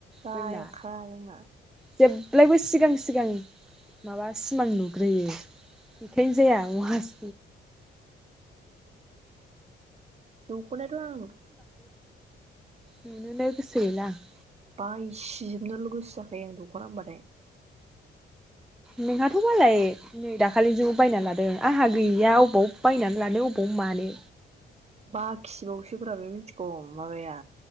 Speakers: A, on the right (about 35°); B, in the centre.
A: जाखायानो
B: जोंना
A: मा।
B: जेब्लायबो सिगां सिगां माबा सिमां नुग्रोयो। बेखायनो जाया महा <inaudible>
A: दखनायथ' आं
B: नोनो गोसो गैला आं।
A: बायसिजोबनोल' गोसो जाखायो आं दख'ना होनबाथाय।
B: नोंहाथ' मालाय नै दाखालि सो बायना लादों आंहा गैया बबाव बायनानै लानो अबाव मानो।
A: बाखिबावसो ब्रा बे मिथिगौ माबाया।